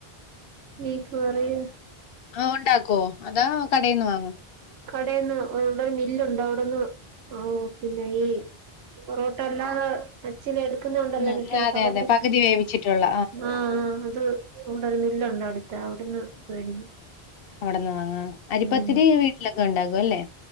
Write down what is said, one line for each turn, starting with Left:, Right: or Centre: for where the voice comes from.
Right: ബീഫ് കറി.
Left: ഓഹ് ഇണ്ടാക്കൊ അതോ കടേന്ന് വാങ്ങോ?
Right: കടേന്ന് ഇവിടെ ഒരു മില്ലുണ്ട് അവിടെന്ന് പിന്നെ ഈ പൊറോട്ട അല്ലാതെ <unintelligible> എടുക്കുന്നണ്ടല്ലോ
Left: ഉം
Right: മറ്റേ <unintelligible>
Left: അതെ അതെ
Right: കിട്ടും
Left: പകുതി വേവിച്ചിട്ടുള്ള
Right: ആഹ് അത് ഇവിടെ ഒരു മില്ലുണ്ട് അടുത്ത് അവിടുന്ന് മേടിക്കും
Left: അവിടെന്ന് വാങ്ങോ അരിപ്പത്തിരി
Right: ഉം
Left: വീട്ടിലൊക്കെണ്ടാക്കും അല്ലേ?